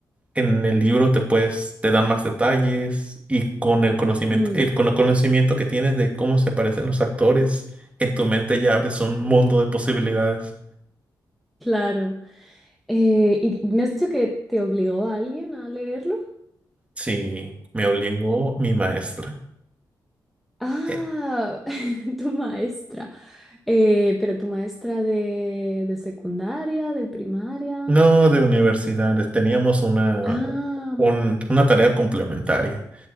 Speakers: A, on the right (about 15°); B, in the centre.
A: en el libro te puedes, te dan más detalles y con el conocimiento,
B: Mm.
A: el- con el conocimiento que tienes de cómo se parecen los actores, en tu mente ya abres un mundo de posibilidades.
B: Claro. Eh, ¿y me has dicho que te obligó a alguien a leerlo?
A: Sí, me obligó mi maestra.
B: Ah,
A: Eh,
B: <laughs> tu maestra. Eh, pero tu maestra de, de secundaria, de primaria.
A: No de universidades, teníamos una,
B: Ah,
A: un- una tarea complementaria